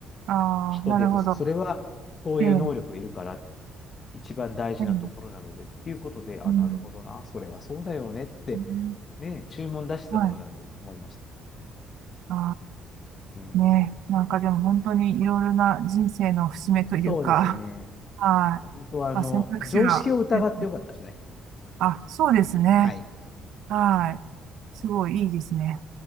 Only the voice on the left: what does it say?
人手不足。
それは、そういう能力がいるから
一番大事なところなのでっていうことで、
あ、
なるほどな、それはそうだよねって、
ね、注文出してた方なんで思いました。
ね、
そうですね。
本当は、あの、
常識を疑ってよかったですね。
はい。